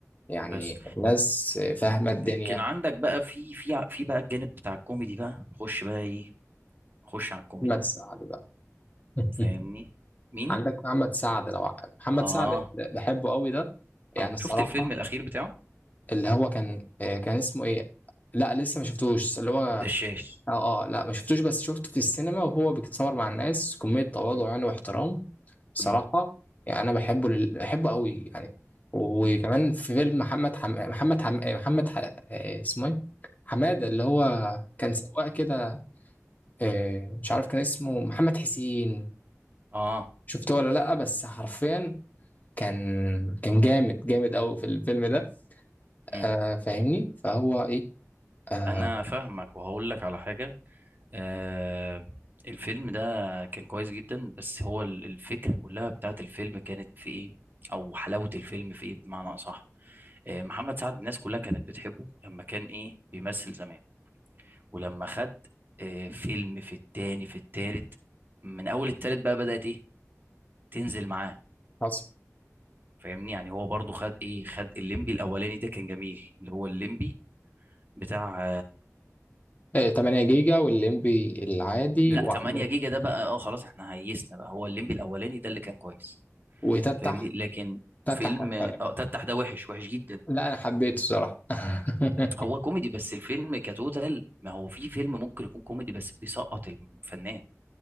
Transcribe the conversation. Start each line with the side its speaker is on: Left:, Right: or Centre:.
Left: يعني
Right: بس
Left: الناس فاهمه الدنيا
Right: لكن عندك بقى في في ع- في بقى الجانب بتاع الكوميدي بقى خش بقى ايه خش على الكوميدي
Left: محمد سعد بقى <laughs>
Right: فاهمني مين
Left: عندك محمد سعد لو محمد
Right: اه
Left: سعد بحبه قوي ده يعني
Right: عم-
Left: الصراحه
Right: شفت الفيلم الاخير بتاعه
Left: اللي هو كان آه، كان اسمه ايه لا لسه ما شفتوش اللي هو
Right: الدشاش
Left: اه اه لا ما شفتوش بس شفته في السينما وهو بيتصور مع الناس كمية تواضع
Right: مم.
Left: يعني واحترام صراحة
Right: مم.
Left: يعني انا بحبه لل... بحبه قوي يعني وكمان
Right: مم.
Left: في فيلم محمد حم... محمد حم... محمد ح... آه، اسمه ايه حمادة اللي هو كان سواق كده آه، مش عارف كان اسمه محمد حسين
Right: اه
Left: شفته ولا لا بس حرفيا كان كان جامد جامد قوي في الفيلم ده
Right: مم.
Left: آه فاهمني فهو ايه آه
Right: انا فاهمك وهقول لك على حاجه آه الفيلم ده كان كويس جدا بس هو ال- الفكره كلها بتاعت الفيلم كانت في ايه او حلاوه الفيلم في ايه بمعنى اصح آه محمد سعد الناس كلها كانت بتحبه لما كان ايه بيمثل زمان ولما خد آه فيلم في التاني في التالت من اول التالت بقى بدات ايه تنزل معاه
Left: حصل
Right: فاهمني يعني هو برضو خد ايه خد الليمبي الاولاني ده كان جميل اللي هو الليمبي بتاع
Left: آه 8 جيجا والليمبي العادي
Right: لا
Left: وعندك
Right: 8 جيجا ده بقى اه خلاص احنا هيسنا بقى هو الليمبي الاولاني ده اللي كان كويس
Left: وتفتح
Right: فاهمني لكن
Left: تفتح
Right: فيلم
Left: كان
Right: اه
Left: حلو
Right: تفتح ده وحش وحش جدا
Left: لا انا حبيته الصراحه <laughs>
Right: هو كوميدي بس الفيلم كتوتال ما هو في فيلم ممكن يكون كوميدي بس بيسقط الفنان